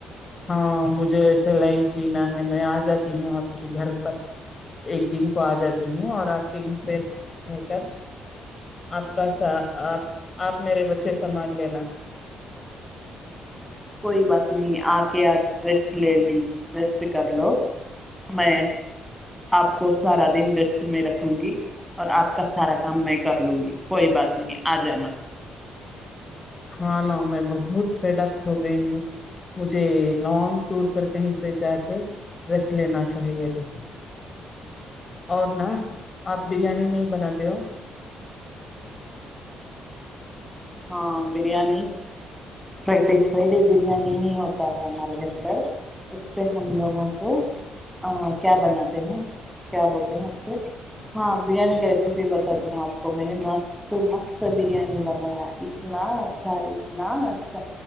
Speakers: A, on the left; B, in the centre.
A: ہاں مجھے ویسے لائو جینا ہے میں آ جاتی ہوں آپ کے گھر پر ایک دن کو آ جاتی ہوں اور آپ کے گھر پہ رہ کر آپ کا سا آپ آپ میرے بچے سامان لینا
B: کوئی بات نہیں آ کے آ ریسٹ لے لی رس کر لو میں آپ کو سارا دن ریسٹ میں رکھ ہوں گی اور آپ کا سارا س میں کر لوں گی کوئی بات نہیں ہے آ جانا
A: ہاں نہ میں بہت فڈک ہو گئی ہوں مجھے لانگ ٹور پر کہیں پہ جا کے ریسٹ لینا چاہیے تھا اور نا آپ بریانی نہیں بناتے ہو
B: ہاں بریانی فرائیڈے فرائیڈے بریانی ہی ہوتا ہے ہمارے گھر پر اس پہ ہم لوگوں کو کیا بناتے ہیں کیا بولتے ہیں اسہ ہاں بریانی کا ریسیپی بتاتی ہوں آپ کو میں نے مست مست بریانی بنایا اتنا اچھا اتنا اچھا